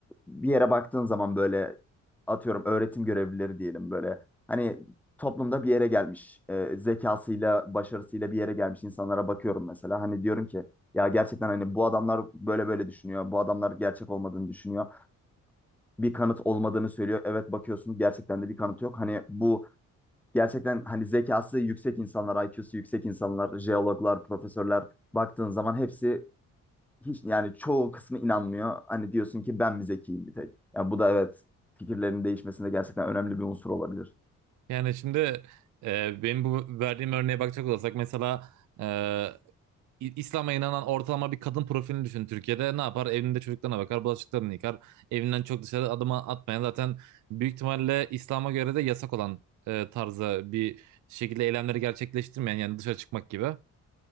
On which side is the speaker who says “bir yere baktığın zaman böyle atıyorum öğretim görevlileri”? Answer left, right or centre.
Centre